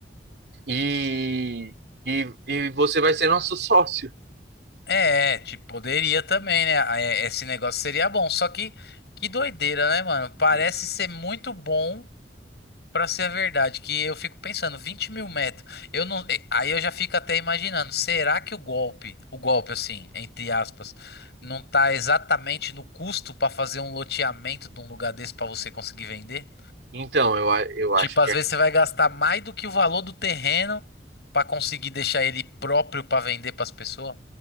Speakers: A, on the right; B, on the left.
A: e, e, e você vai ser nosso <laughs> sócio.
B: É, tipo, poderia também, né? Ah, é- Esse negócio seria bom. Só que, que doideira, né, mano? Parece
A: E,
B: ser muito bom. Pra ser verdade, que eu fico pensando, 20 mil metros, eu não, eh, aí eu já fico até imaginando, será que o golpe, o golpe assim, entre aspas, não tá exatamente no custo pra fazer um loteamento de um lugar desse pra você conseguir vender?
A: então, eu, eu
B: Tipo,
A: acho
B: às
A: que
B: vezes você vai gastar mais do que o valor do terreno pra conseguir deixar ele próprio pra vender pras pessoas?